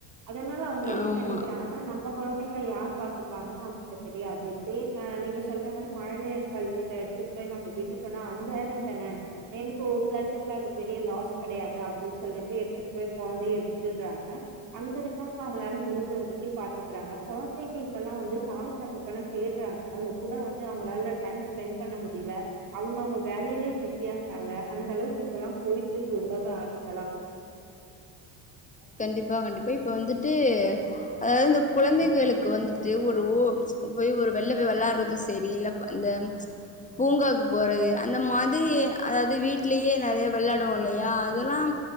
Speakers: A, on the right (about 40°); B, on the left (about 15°).
A: அதனால அவுங்க என்ன
B: ஆமா
A: நெனைக்கிறாங்னா நம்ப கொழந்தைகள யார் பாத்துப்பாங்கன் நமக்கு அத் தெரியாது தே அ நீங்க சொல்ற மாரி மழலையர் கல்வியில எடுத்துட்டு போய் நம்ப வீட்டு க்கனு அஞ்சாயிர தான டென் டு <unintelligible> லேக்ஸ் அது ஃப்ராஜெக்ட பெரிய லாஸ் கெடையாது அப்டின் சொல்லிட்டு எடுத்துட் போய் கொழந்தைய விட்டுறாங்க அங்க இருக்க அவுங்களால முடிஞ்ச வரைக்கு பாத்துக்கிறாங்க கொழந்தைங்க இப்பெல்லா வந்து தாய் தகப்பன தோட்றாங்க அவுங்க கூட வந்து அவ அவங்களால டைம் ஸ்பெண் பண்ண முடிய அவங்க அவங்க வேலையிலே பிஸியா இருக்காங்க அந்த அளவுக்கு இப்பல்லாம் போயிட்டு இருக்கு உலக ஆக்சுவலா
B: கண்டிப்பா கண்டிப்பா இப்ப வந்துட்டு அதாவது இந்த குழந்தைகளுக்கு வந்துட்டு ஒரு ஊர் போய் ஒரு வெள்ள போய் விளாடுறதும் சரி அப் இந்த பூங்காக்கு போறது அந்த மாதிரி அதாவது வீட்லயே நிறைய விளையாடுவோம் இல்லையா அதெல்லாம்